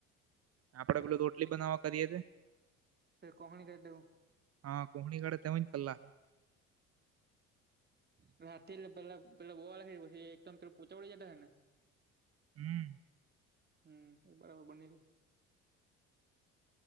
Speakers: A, on the right (about 50°); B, on the right (about 30°).
A: આપડે પેલું રોટલી બનાવા કરીએ તે
B: એ કહણી કરી દવું
A: હા કોહણી કડે તેવુજ પેલા
B: બરાબર એટલે પેલા <unintelligible> પોંચા વડી જતા હને
A: હમ
B: હમ એ બરાબર બની